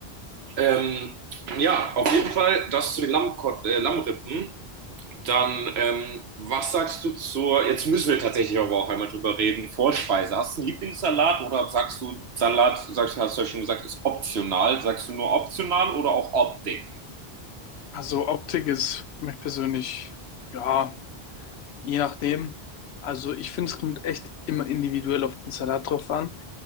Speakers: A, on the right; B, on the left.
A: Ähm, ja, auf jeden Fall das zu den Lammkot äh, Lammrippen. Dann, ähm, was sagst du zur, jetzt müssen wir tatsächlich aber auch einmal drüber reden, Vorspeise. Hast du einen Lieblingssalat oder sagst du, Salat, sagst du, hast du ja schon gesagt, ist optional. Sagst du nur optional oder auch Optik?
B: Also Optik ist für mich persönlich, ja, je nachdem. Also ich finde, es kommt echt immer individuell auf den Salat drauf an.